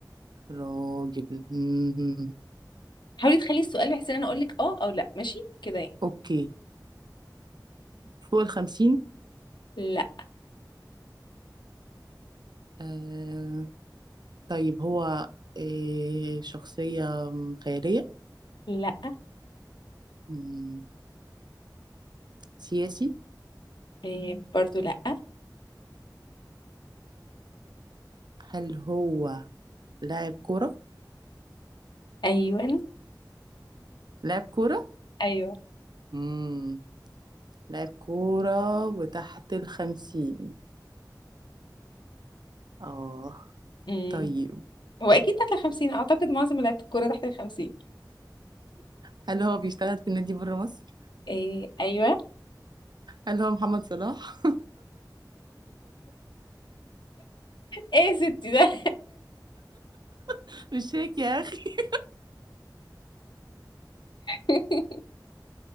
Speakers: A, on the right; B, on the left.
A: راجل <laughs>
B: حاولي تخلي السؤال بحيث ان انا اقول لك اه او لا ماشي كده يعني
A: اوكي فوق الخمسين
B: لا
A: آه طيب هو آه شخصية خيالية
B: لا
A: مم، سياسي
B: إيه برضو لا
A: هل هو لاعب كرة
B: ايوه
A: لاعب كرة
B: ايوه
A: مم. لاعب كورة وتحت الخمسين اه
B: امم
A: طيب
B: هو اكيد تحت الخمسين اعتقد معظم لعيبه الكوره تحت الخمسين
A: هل هو بيشتغل في النادي بره مصر؟
B: إيه ايوه <laughs>
A: هل هو محمد صلاح؟
B: ايه يا ستي ده
A: <laughs> مش هيك يا أخي
B: <laughs>